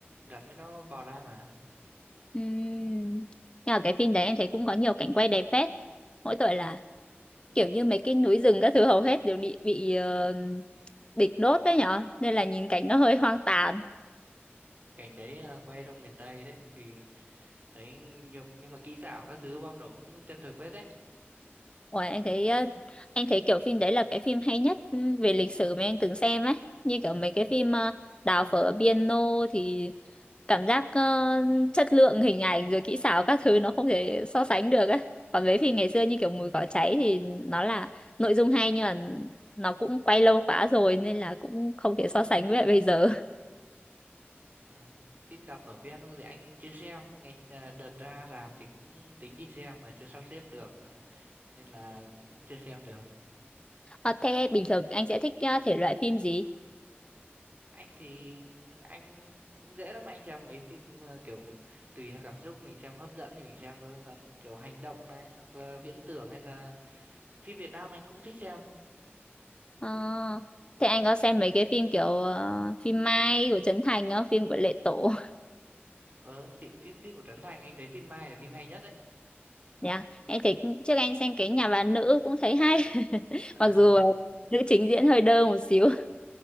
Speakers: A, on the right (about 40°); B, on the left (about 25°).
A: rắn mới nó bò ra mà
B: Ừm. Nhưng mà cái phim đấy em thấy cũng có nhiều cảnh quay đẹp phết. Mỗi tội là kiểu như mấy cái núi rừng các thứ hầu hết đều bị bị ờ, địch đốt đấy nhở nên là nhìn cảnh nó hơi hoang tàn.
A: cảnh đấy à, quay trong miền Tây đấy thì thấy nhưng, nhưng mà kỹ xảo các thứ bom nổ cũng chân thực phết đấy
B: Ủa, em thấy ờ, em thấy kiểu phim đấy là cái phim hay nhất ừ, về lịch sử mà em từng xem ấy như kiểu mấy cái phim ờ, Đào phở piano thì cảm giác ờ, chất lượng hình ảnh rồi kỹ xảo các thứ nó không thể so sánh được ấy còn với phim ngày xưa như kiểu Mùi cỏ cháy thì nó là nội dung hay nhưng mà nó cũng quay lâu quá rồi nên là cũng không thể so sánh với lại bây giờ
A: Ờ, phim Đào phở piano thì anh chưa xem ngày à, đợt ra rạp thì cũng tính đi xem mà chưa sắp xếp được Ừ, nên là cũng chưa xem được
B: Ờ, thế bình thường anh sẽ thích ờ, thể loại phim gì
A: anh thì anh cũng dễ lắm anh xem mấy phim ờ, kiểu tùy theo cảm xúc mình xem hấp dẫn thì mình xem thôi còn kiểu hành động này hoặc là viễn tưởng hay là phim Việt Nam anh cũng thích xem
B: Ờ, thế anh có xem mấy cái phim kiểu ờ, phim Mai của Trấn Thành không phim của Lệ Tổ
A: ờ phim phim phim của Trấn Thành anh thấy phim Mai là phim hay nhất đấy
B: Dạ, Em thấy trước anh xem cái nhà bà nữ cũng thấy hay. <laughs>
A: <laughs>
B: Mặc dù ờ, nữ chính diễn hơi đơ một xíu.